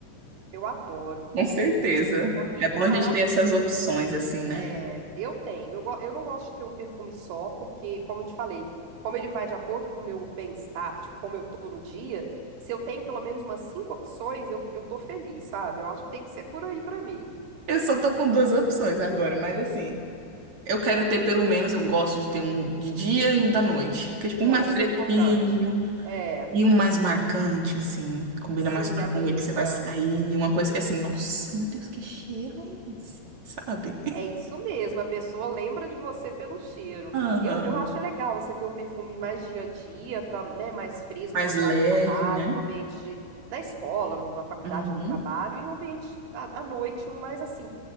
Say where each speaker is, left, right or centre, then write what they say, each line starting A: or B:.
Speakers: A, on the right (about 85°); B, on the right (about 45°).
A: Eu adoro.
B: com certeza.
A: Amiga,
B: É bom
A: falar
B: a gente ter
A: de.
B: essas opções, assim, né?
A: é, eu tenho. Eu, go- eu não gosto de ter um perfume só, porque, como eu te falei, como ele vai de acordo com o meu bem-estar, tipo, como eu tô no dia, se eu tenho pelo menos umas cinco opções, eu, eu tô feliz, sabe? Eu acho que tem que ser por aí pra mim.
B: Eu só tô com duas opções agora, mas assim, eu quero ter pelo menos, eu gosto de ter um de dia e um da noite. Porque, tipo,
A: É,
B: um mais
A: isso
B: fresquinho.
A: é importante. É,
B: E um mais marcante, assim, combina
A: sim,
B: mais com a
A: amiga.
B: noite, você vai sair, uma coisa que é assim, nossa, meu Deus, que cheiro é esse? <laughs> Sabe?
A: É isso mesmo, a pessoa lembra de você pelo cheiro.
B: Aham.
A: Eu, eu acho legal você ter um perfume mais dia a dia, pra, né, mais fresco
B: Mais
A: para usar
B: leve,
A: no trabalho,
B: né?
A: no ambiente de- na escola, no- na faculdade,
B: Uhum.
A: no trabalho, e um ambiente à, à noite, um mais assim,